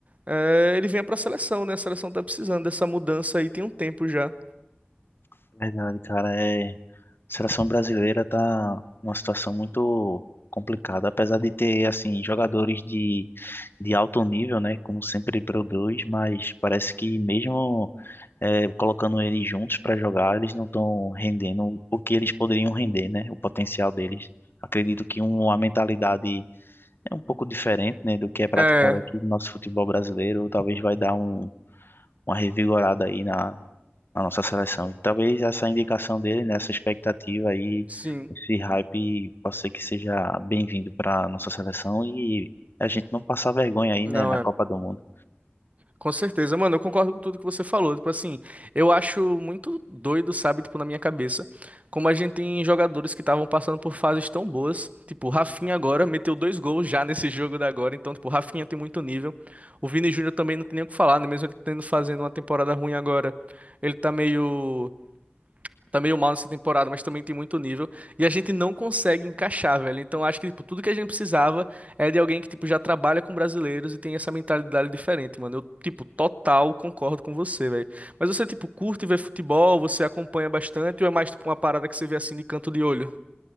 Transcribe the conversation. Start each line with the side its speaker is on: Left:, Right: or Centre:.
Right: é, ele venha pra seleção, né? A seleção tá precisando dessa mudança aí tem um tempo já.
Left: Verdade, cara, é A seleção brasileira tá numa situação muito complicada, apesar de ter assim jogadores de, de alto nível, né, como sempre produz, mas parece que mesmo eh, colocando eles juntos para jogar, eles não estão rendendo o que eles poderiam render, né, o potencial deles. Acredito que uma mentalidade é um pouco diferente, né, do que é praticado
Right: É,
Left: aqui no nosso futebol brasileiro, talvez vai dar um, uma revigorada aí na na nossa seleção. E talvez essa indicação dele, né, essa expectativa aí,
Right: sim.
Left: esse hype, possa ser que seja bem-vindo para nossa seleção e a gente não passar vergonha aí,
Right: Não,
Left: né, na
Right: é.
Left: Copa do Mundo.
Right: Com certeza, mano, eu concordo com tudo que você falou. Tipo assim, eu acho muito doido, sabe, tipo, na minha cabeça, como a gente tem jogadores que estavam passando por fases tão boas. Tipo, o Rafinha agora meteu dois gols já nesse jogo da agora, então, tipo, o Rafinha tem muito nível. O Vini Júnior também não tem nem o que falar, né? Mesmo ele tendo fazendo uma temporada ruim agora, ele tá meio tá meio mal nessa temporada, mas também tem muito nível. E a gente não consegue encaixar, velho. Então acho que, tipo, tudo que a gente precisava é de alguém que, tipo, já trabalha com brasileiros e tem essa mentalidade diferente, mano. Eu, tipo, total concordo com você, velho. Mas você, tipo, curte ver futebol, você acompanha bastante ou é mais, tipo, uma parada que você vê assim de canto de olho?